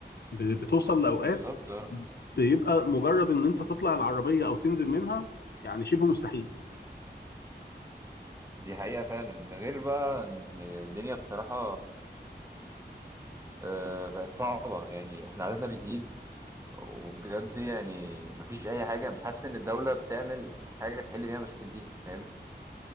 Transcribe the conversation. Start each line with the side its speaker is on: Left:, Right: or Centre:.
Left: ب- بتوصل لأوقات
Right: بالظبط اه
Left: بيبقى مجرد ان انت تطلع العربية او تنزل منها يعني شبه مستحيل
Right: دي حقيقه فعلا غير بقى ان الدنيا بصراحه آه، بقت صعبه يعني احنا عددنا بيزيد وبجد يعني مفيش اي حاجه مش حاسس ان الدوله بتعمل حاجه تحل بيها المشاكل دي فاهم